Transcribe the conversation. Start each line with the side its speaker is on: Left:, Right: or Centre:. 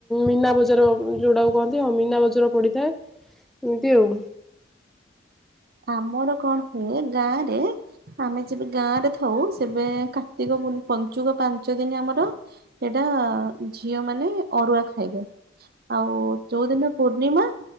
Centre: ମୀନା ବଜାର ଯୋଉଟାକୁ କୁହନ୍ତି ହଁ ମୀନା ବଜାର ପଡ଼ିଥାଏ। ଏମିତି ଆଉ।
Right: ଆମର କଣ ହୁଏ ଗାଁରେ ଆମେ ଯେବେ ଗାଁ ରେ ଥାଉ, ସେବେ କାର୍ତ୍ତିକ ପଞ୍ଚୁକ ପାଞ୍ଚ ଦିନ ଆମର ସେଇଟା ଝିଅ ମାନେ ଅରୁଆ ଖାଇବେ। ଆଉ ଯୋଉ ଦିନ ପୂର୍ଣ୍ଣିମା